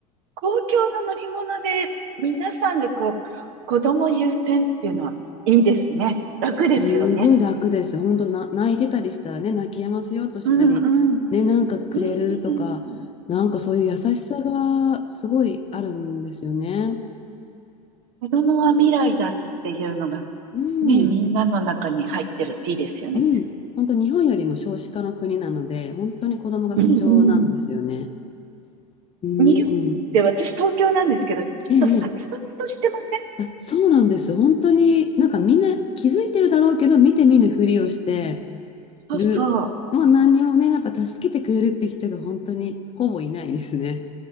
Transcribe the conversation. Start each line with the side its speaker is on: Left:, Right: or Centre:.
Right: 公共の乗り物で皆さんがこう、子供優先っていうのはいいですね。楽ですよね。
Left: すごい楽ですよ。本当な、泣いてたりしたらね、泣き止ませようとしたり、
Right: うんうん。
Left: ね、なんかくれるとか、
Right: うんうんうん。うん
Left: なんかそういう優しさがすごいあるんですよね。
Right: 子供は未来だっていうのが、
Left: うん、
Right: ね、みんなの中に入ってるっていいですよね。
Left: うん。本当日本よりも少子化の国なので、本当に子供が貴重なんですよね。
Right: うんう
Left: うん。
Right: ん。日本って私東京なんですけど、ちょっと殺伐としてません
Left: ええ、えあ、そうなんですよ。本当に、なんかみんな気づいてるだろうけど、見て見ぬふりをして
Right: そうそう。
Left: る。もう何にもね、やっぱ助けてくれるって人が本当にほぼいないですね。